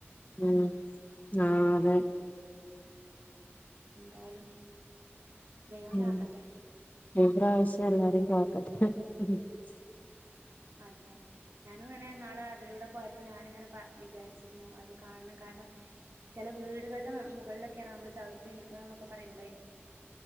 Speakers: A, on the left (about 30°); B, on the right (about 70°).
A: ഉം ആ അതെ
B: എന്തായാലും ദൈവം
A: ഉം
B: കാാക്കട്ടെ
A: ഈ പ്രാവശ്യം എല്ലാരെ <unintelligible>
B: അതെ ഞാനും ഇങ്ങനെ നാളെ അതിലൂടെ പോയ അപ്പൊ ഞാനിങ്ങനെ പ വിചാരിച്ചിരുന്നു അത് കാണണം കാരണം ചില വീടുകളുടെ മുകളിലൊക്കെയാണ് നമ്മൾ ചവിട്ടി നിൽക്കണ എന്നൊക്കെ പറയുമ്പഴ